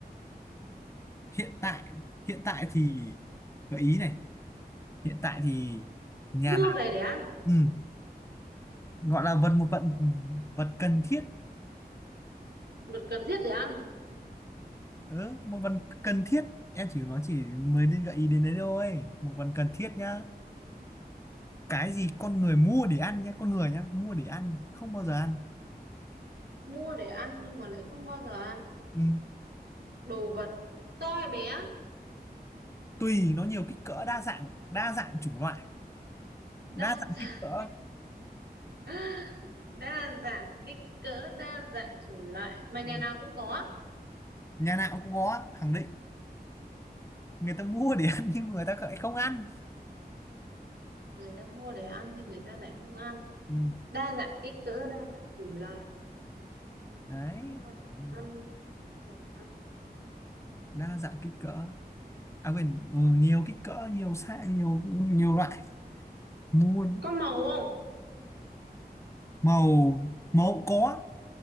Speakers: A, on the left; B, on the right.
A: Hiện tại, hiện tại
B: Ừm,
A: thì gợi ý này. Hiện tại thì nhà
B: mua
A: nào?
B: về để ăn
A: Ừ. gọi là vật một vật vật cần thiết
B: vật cần thiết để ăn
A: ừ, một vật cần thiết em chỉ nói chỉ mới đi gợi ý đến đấy thôi một vật cần thiết nhá cái gì con người mua để ăn nhá con người nhá mua để ăn không bao giờ ăn
B: mua để ăn nhưng mà lại không bao giờ ăn
A: ừ.
B: đồ vật to hay bé
A: tùy nó nhiều kích cỡ đa dạng đa dạng chủng loại đa
B: đa
A: dạng
B: dạng
A: kích cỡ
B: <laughs> đa dạng kích cỡ đa dạng chủng loại mà nhà
A: Ừ.
B: nào cũng có
A: nhà nào cũng có khẳng định người ta mua để ăn <laughs> nhưng người ta lại không ăn
B: người ta mua để ăn nhưng người ta lại không ăn
A: ừ.
B: đa dạng kích cỡ đa dạng chủng loại
A: đấy
B: mua để
A: kiểu Như
B: ăn
A: là
B: và ăn
A: đa dạng kích cỡ à quên ừ, nhiều kích cỡ nhiều size nhiều nhiều loại mua
B: có màu không
A: màu màu có